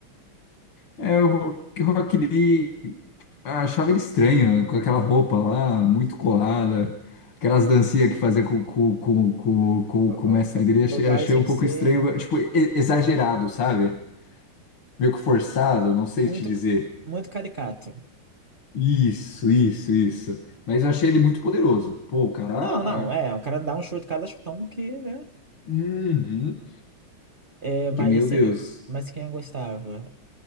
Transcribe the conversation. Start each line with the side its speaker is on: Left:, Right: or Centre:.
Left: É, o Rock Rock Lee. Ah, achava ele estranho, com aquela roupa lá, muito colada, aquelas dancinhas que fazia com, com, com, com, com-
Right: O,
Left: com o mestre
Right: o, o
Left: dele, achei,
Right: o Gai
Left: achei
Right: Sensei,
Left: um pouco estranho, tipo, e- exagerado, sabe? Meio que forçado, não sei
Right: muito,
Left: te dizer.
Right: muito caricato.
Left: Isso, isso, isso. Mas eu achei ele muito poderoso. Pô, o cara.
Right: Não, não, é, o cara dá um chute, cada chutão que, né?
Left: Uhum.
Right: É, mas
Left: Que meu
Right: assim,
Left: Deus.
Right: mas quem eu gostava?